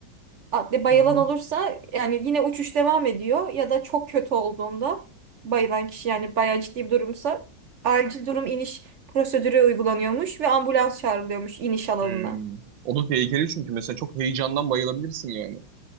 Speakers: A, on the right; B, on the right.
A: Adli bayılan
B: Hı hı.
A: olursa yani yine uçuş devam ediyor ya da çok kötü olduğunda bayılan kişi yani bayağı ciddi bir durumsa acil durum iniş prosedürü uygulanıyormuş ve ambulans çağrılıyormuş iniş alanına.
B: Hmm. O da tehlikeli çünkü mesela çok heyecandan bayılabilirsin yani.